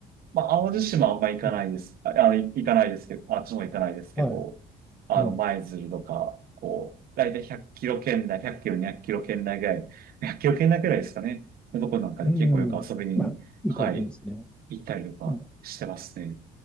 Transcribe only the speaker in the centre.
うん。
はい。
うん。
うん。まあ、行かれてるんですね。
うん。